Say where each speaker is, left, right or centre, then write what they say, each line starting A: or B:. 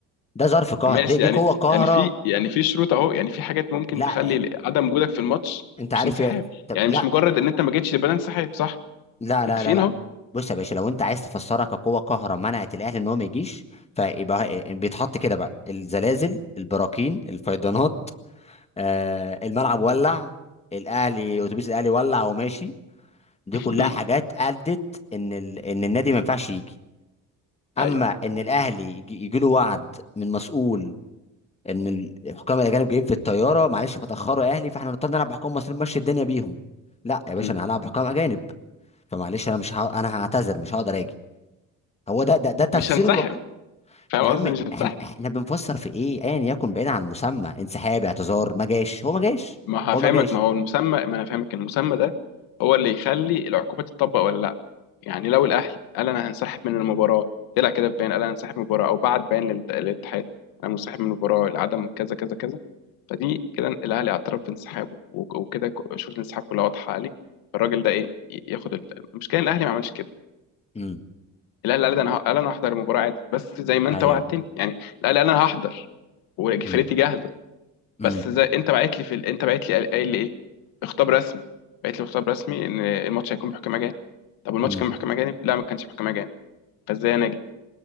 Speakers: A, on the left; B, on the left.
A: ده ظرف قهر
B: ماشي
A: دي دي
B: يعني
A: قوه قاهره
B: يعني في يعني في شروط اهو يعني في حاجات ممكن
A: لا
B: تخلي
A: إيه،
B: عدم وجودك في الماتش
A: انت عارف
B: مش انسحاب
A: يا طب
B: يعني
A: لا
B: مش مجرد ان انت ما جيتش يبقى ده انسحاب صح
A: لا
B: متفقين
A: لا لا لا
B: اهو
A: بص يا باشا لو انت عايز تفسرها كقوه قاهره منعت الاهلي ان هو ما يجيش فيبقى إيه، بيتحط كده بقى الزلازل البراكين الفيضانات آه الملعب ولع الاهلي اتوبيس الاهلي ولع وماشي دي
B: <laughs>
A: كلها حاجات ادت ان ال... ان النادي ما ينفعش يجي اما
B: ايوه
A: ان الاهلي يجي يجي له وعد من مسؤول ان الحكام الاجانب جايين في الطياره معلش فتاخروا يا اهلي فاحنا نضطر نلعب بحكام مصريين مشي الدنيا بيهم لا يا باشا
B: مم.
A: انا هلعب بحكام اجانب فمعلش انا مش ه... انا هعتذر مش هقدر اجي هو ده ده ده التفسير
B: مش هنسحب
A: الواقعي
B: فاهم
A: يا عم
B: قصدي مش هنسحب
A: احنا احنا بنفسر في ايه ايا يكن بعيد عن المسمى انسحاب اعتذار ما جاش هو ما جاش
B: ما
A: هو
B: هفهمك
A: ما جاش
B: ما هو المسمى ما انا فاهمك المسمى ده هو اللي يخلي العقوبه تطبق ولا لا يعني لو الاهلي قال انا هنسحب من المباراه طلع كده في بيان قال انا هنسحب من المباراه او بعت بيان للت- للاتحاد انا منسحب من المباراه لعدم كذا كذا كذا فدي كده الاهلي اعترف بانسحابه وك- وكده ك- شروط الانسحاب كلها واضحه عليه فالراجل ده ايه ي- ياخد ال- المشكله إن الاهلي ما عملش كده
A: امم
B: الاهلي قال ده انا ه- قال انا هحضر المباراه عادي بس زي ما انت
A: ايوه
B: وعدتني يعني الاهلي قال انا هحضر وفرقتي
A: مم.
B: جاهزه
A: مم.
B: بس زي انت باعت لي في ال... انت باعت لي قال قايل لي ايه خطاب رسمي باعت لي خطاب رسمي ان الماتش هيكون بحكام اجانب طب الماتش
A: مم.
B: كان بحكام اجانب لا ما كانش بحكام اجانب فازاي انا اجي